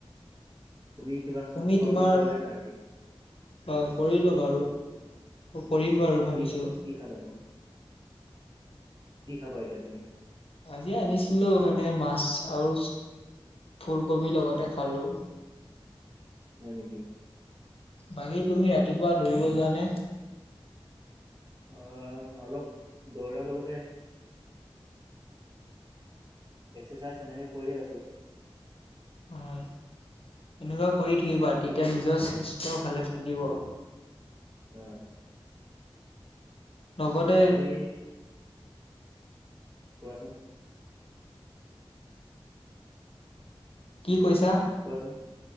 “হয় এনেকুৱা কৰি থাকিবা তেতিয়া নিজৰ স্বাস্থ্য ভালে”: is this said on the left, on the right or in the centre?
Left